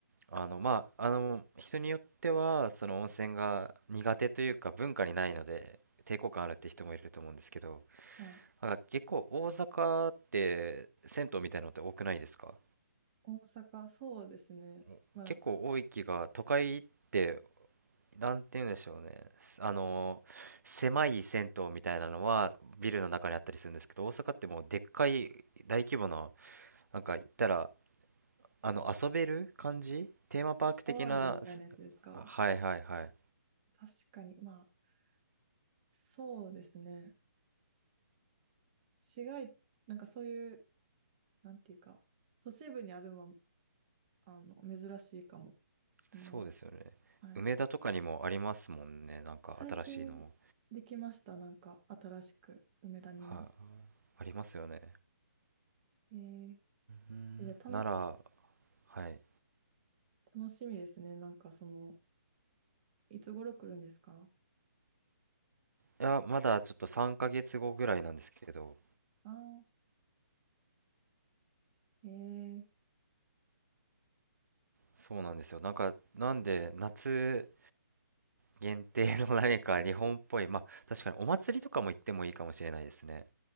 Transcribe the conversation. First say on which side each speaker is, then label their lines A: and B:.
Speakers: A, on the right; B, on the right.
A: あのまああの人によってはその温泉が苦手というか文化にないので抵抗感あるって人もいると思うんですけど
B: はい。
A: なんか結構大阪って銭湯みたいなのって多くないですか
B: 大阪、そうですね。
A: お結構多い気が都会って
B: まあ、
A: なんて言うんでしょうねすあの狭い銭湯みたいなのはビルの中にあったりするんですけど大阪ってもうでっかい大規模ななんか言ったらあの遊べる感じテーマパーク的なす
B: アスパワールドみたいなやつですか。
A: あはいはいはい
B: 確かに。まあ、そうですね。市街、なんかそういう、なんていうか、都市部にあるのは、あの、珍しいかも。その、
A: そうですよね。
B: はい。
A: 梅田とかにもありますもんね。なんか新しいの。
B: 最近できました。なんか、新しく、梅田にも。
A: はい、ありますよね。
B: えー、
A: うん、
B: えじゃあ楽し、
A: なら、はい。
B: 楽しみですね。なんか、その、いつ頃来るんですか
A: いや、まだちょっと3ヶ月後ぐらいなんですけど、
B: ああー、えー
A: そうなんですよ。なんか、なんで、夏限定の <laughs> 何か日本っぽい、まあ、確かにお祭りとかも行ってもいいかもしれないですね。